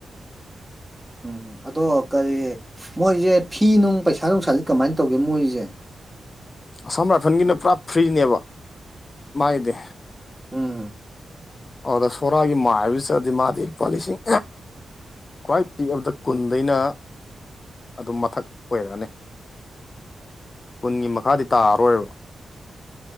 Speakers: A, in the centre; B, on the left (about 45°).
A: ꯎꯝ ꯑꯗꯣ ꯀꯔꯤ ꯃꯣꯏꯁꯦ ꯐꯤ ꯅꯨꯡ ꯄꯩꯁꯥ ꯅꯨꯡꯁꯥꯥꯁ ꯀꯃꯥꯏꯅ ꯇꯧꯒꯦ ꯃꯣꯏꯁꯦ
B: ꯑꯁꯥꯝ ꯔꯥꯏꯐꯜꯒꯤꯅ ꯄꯨꯔꯥ ꯐ꯭ꯔꯤꯅꯦꯕ ꯃꯥꯒꯤꯗꯤ
A: ꯎꯝ
B: ꯑꯗ ꯁꯣꯔꯥꯒꯤ ꯃꯥꯥꯏ ꯍꯥꯏꯕꯗꯨ ꯆꯠꯗꯤ ꯃꯥꯗꯤ ꯂꯨꯄꯥ ꯂꯤꯁꯤꯡ ꯈ꯭ꯋꯥꯏ ꯄꯤꯛꯑꯕꯗ ꯀꯨꯟꯗꯩꯅ ꯑꯗꯨꯝ ꯃꯊꯛ ꯑꯣꯏꯔꯛꯑꯅꯤ ꯀꯨꯟꯒꯤ ꯃꯈꯥꯗꯤ ꯇꯥꯔꯔꯣꯏꯕ